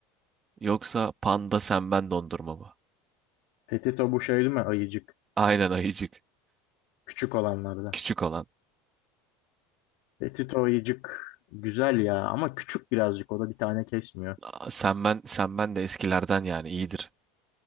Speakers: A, on the right (about 30°); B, on the left (about 65°).
A: yoksa Panda Senben dondurma mı?
B: Petito bu şey değil mi? Ayıcık.
A: Aynen ayıcık.
B: Küçük olanlardan.
A: Küçük olan.
B: Petito ayıcık güzel ya ama küçük birazcık o da bir tane kesmiyor.
A: Aa, Senben, Senben de eskilerden yani iyidir.